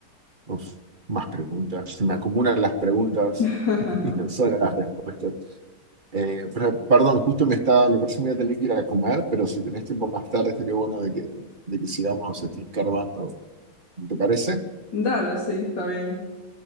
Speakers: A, on the right (about 30°); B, on the left (about 85°).
A: Uf, más preguntas. Se me acumulan las preguntas
B: <laughs>
A: <laughs> y no solo las respuestas. Eh, pero, perdón, justo me estaba, me parece que voy a tener que ir a comer, pero si tenés tiempo más tarde, sería bueno de que, de que sigamos este, escarbando. ¿Te parece?
B: Dale, sí, está bien.